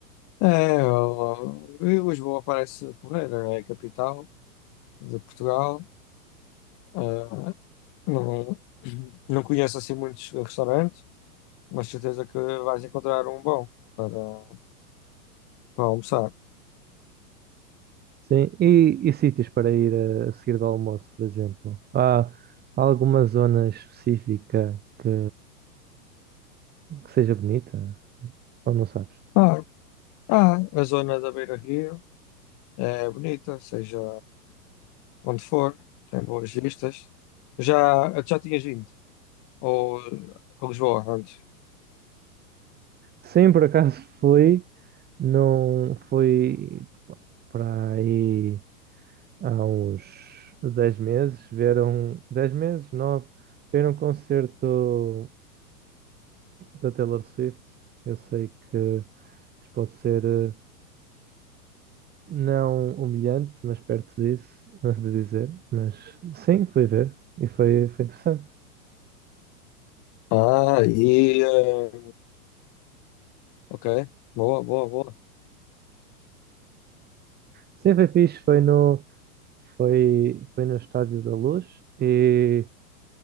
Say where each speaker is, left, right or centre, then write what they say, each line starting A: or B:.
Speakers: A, on the left; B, on the right.
A: É, eu- eu- Lisboa parece porreira. É a capital de Portugal. Eh, não, não conheço assim muitos restaurantes, mas certeza que vais encontrar um bom para, para almoçar.
B: Sim, e, e sítios para ir a, a seguir do almoço, por exemplo? Há alguma zona específica que, que seja bonita? Ou não sabes?
A: Ah, ah, a zona da Beira-Rio é bonita, seja onde for, tem boas vistas. Já, já tinhas vindo? Ou a Lisboa antes?
B: Sim, por acaso fui, não fui para aí há uns 10 meses, vieram 10 meses, 9, vieram um concerto da Taylor Swift. Eu sei que isto pode ser eh, não humilhante, mas perto disso, <laughs> mas de dizer, mas sim, fui ver e foi, foi interessante.
A: Ah, e. eh, ok, boa, boa, boa.
B: Sim, foi fixe, foi no, foi, foi no Estádio da Luz e